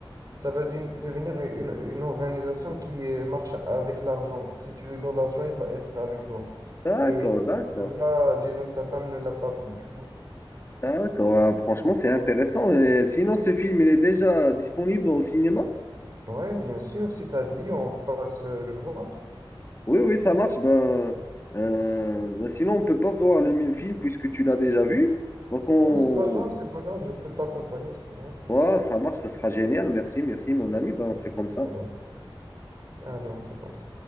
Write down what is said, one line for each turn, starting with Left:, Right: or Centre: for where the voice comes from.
Right: ça va d'une- devenir une, une organisation qui euh, marche avec l'argent. Si tu lui donnes l'argent, il va être avec toi.
Left: d'accord,
Right: Et
Left: d'accord.
Right: là, Jason Statham ne l'a pas plus, tu vois.
Left: D'accord, Ah, franchement, c'est intéressant. Euh, sinon, ce film, il est déjà disponible au cinéma?
Right: Ouais, bien sûr, si t'as dit, on passe euh, le voir.
Left: Oui, oui, ça marche. Ben, euh, ben sinon, on peut pas voir le même film puisque tu l'as déjà vu. Donc, on...
Right: Ouais, c'est pas grave, c'est pas grave, je peux t'accompagner, c'est pas grave.
Left: ouais, ça marche, ça sera génial. Merci, merci, mon ami. Ben, on fait comme ça.
Right: Pas grave. Allez, on fait comme ça.